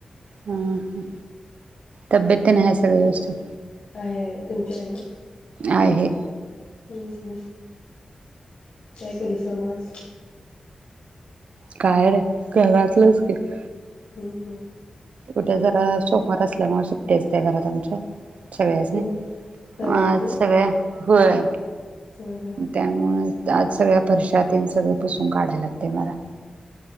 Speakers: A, on the right (about 80°); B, on the left (about 85°).
A: हम हम तब्येतीन हायस <unintelligible>
B: आहे, आहे तुमच्या हाय ना
A: आहे
B: हम्म हम्म काय केलंस म आज?
A: काय नाय घरातलंच केलं
B: हम्म हम्म
A: कुठे जरा सोपा नसल्यामुळे सुट्टीच असते घरात आमच्या सगळ्यासनी
B: हम्म हम्म सगळ्यासनी
A: आज सगळ्या व्हय
B: हा हा
A: त्यामुळ आज सगळ्या फरशा तेन सगळं पुसून काढायला लागतय मला